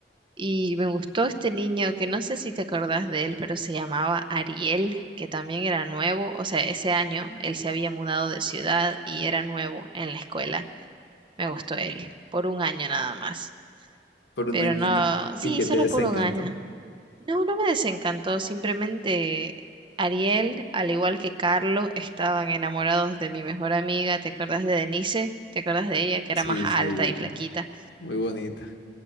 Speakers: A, on the right (about 30°); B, on the left (about 85°).
A: y me gustó este niño que no sé si te acordás de él, pero se llamaba Ariel, que también era nuevo, o sea, ese año él se había mudado de ciudad y era nuevo en la escuela. Me gustó él, por un año nada más.
B: Por un
A: Pero
B: añito.
A: no, sí,
B: Y que
A: solo
B: te desencantó.
A: por un año. No, no me desencantó, simplemente Ariel, al igual que Carlos, estaban enamorados de mi mejor amiga, ¿te acuerdas de Denise? ¿Te acuerdas de ella, que
B: Sí,
A: era más alta
B: sí,
A: y flaquita?
B: muy bonita.